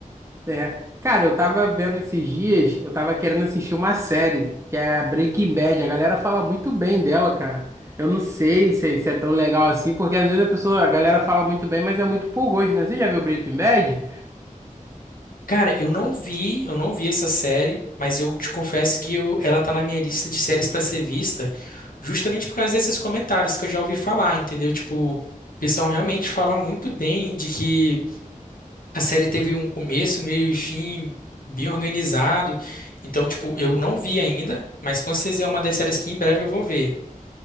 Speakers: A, on the right (about 20°); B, on the left (about 85°).
A: É, cara, eu tava vendo esses dias, eu tava querendo assistir uma série, que é a Breaking Bad. A galera fala muito bem dela, cara. Eu não sei se, se é tão legal assim, porque às vezes a pessoa, a galera fala muito bem, mas é muito por gosto, né? Você já viu Breaking Bad?
B: Cara, eu não vi, eu não vi essa série, mas eu te confesso que eu- ela tá na minha lista de séries pra ser vista, justamente por causa desses comentários que eu já ouvi falar, entendeu? Tipo, o pessoal realmente fala muito bem de que a série teve um começo, meio e fim bem organizado. Então, tipo, eu não vi ainda, mas com certeza é uma das séries que em breve eu vou ver.